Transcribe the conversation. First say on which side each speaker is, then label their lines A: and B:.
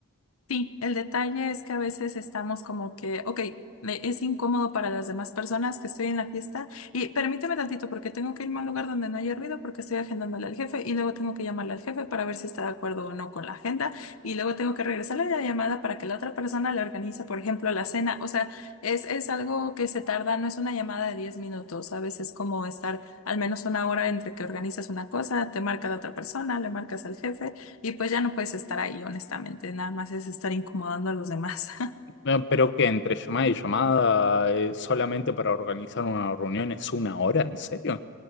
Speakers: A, on the left; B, on the left.
A: Sí, el detalle es que a veces estamos como que, ok, me- es incómodo para las demás personas que estoy en la fiesta y permíteme tantito porque tengo que irme a un lugar donde no haya ruido porque estoy agendándole al jefe y luego tengo que llamarle al jefe para ver si está de acuerdo o no con la agenda y luego tengo que regresarle la llamada para que la otra persona le organice, por ejemplo, la cena. O sea, es, es algo que se tarda, no es una llamada de 10 minutos, a veces es como estar al menos una hora entre que organizas una cosa, te marca la otra persona, le marcas al jefe. Y pues ya no puedes estar ahí, honestamente, nada más es estar incomodando a los demás. <laughs>
B: No, pero que entre llamada y llamada, eh, solamente para organizar una reunión es una hora, ¿en serio?